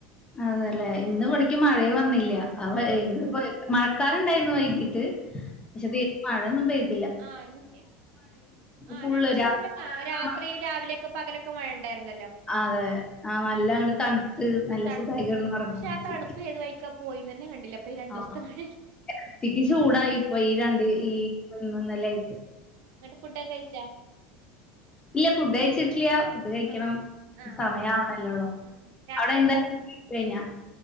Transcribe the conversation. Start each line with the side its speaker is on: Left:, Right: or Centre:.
Left: അതല്ലെ ഇന്ന് ഇവിടേക്ക് മഴയ വന്നില്ല അവ
Right: ആ
Left: എ പോ മഴക്കാർ ണ്ടായിരുന്നു വൈകിട്ട്- പക്ഷെത് മയൊന്നും പെ -
Right: ആഹ് ആ്
Left: ഫുള്ള്
Right: രണ്ടു ദിവസം
Left: രാത്രി
Right: മുന്നേ
Left: ഫുള്ള്
Right: രാത്രി രാവിലെയൊക്കെ പകലൊക്കെ- മഴ ഉണ്ടായിരുന്നല്ലോ.
Left: അതെ ആ നല്ല അങ്ങണ്ട് തണുത്ത് നല്ല
Right: തണുത്തത്
Left: സുഖായികന്ന് ഉറങ്ങാൻ
Right: പക്ഷെ
Left: പറ്റി.
Right: ആ തണുപ്പ് ഏത് വഴിക്കാ പോയിന്ന് തന്നെ കണ്ടില്ല ഇപ്പൊ ഈ രണ്ടൂസത്തെ
Left: ആ
Right: മഴ
Left: അത്തിക്ക് ചൂടായിപ്പൊ ഈ രണ്ട് ഈന്നല്ല-
Right: എന്നങ്ങിട്ട് ഫുഡൊക്കെ കഴിച്ചാ?
Left: ഇല്ല ഫുഡ് കഴച്ചിട്ടില്ല. ഇത് കഴിക്കണം
Right: ആ ആ
Left: സമയവണല്ലോള്ളോ
Right: ഉം. രാത്രി
Left: അവിടെ എന്തായ കഴിഞ്ഞ?